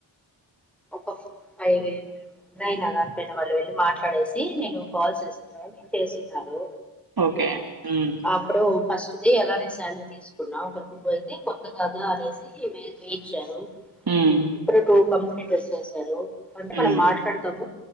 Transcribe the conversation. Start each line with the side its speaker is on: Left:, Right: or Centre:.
Centre: ఒ పై నయినా దానిపైన వాళ్ళు వెళ్ళి మాట్లాడేసి నేను కాల్ చేసుకున్నా చేస్తున్నారు
Right: ఓకే హ్మ్.
Centre: అప్పుడుో ఫస్ట్ది ఎలానే శాలరీ తీసుకున్నా ఒక టూవ అయితే కొక్క కదా అనేసి వేయిచ్చారు
Right: హ్మ్.
Centre: ఇప్పుడు టూ కంప్యూటర్ చేశారు అంటే
Right: హ్మ్.
Centre: మనం మాట్లాడుతాం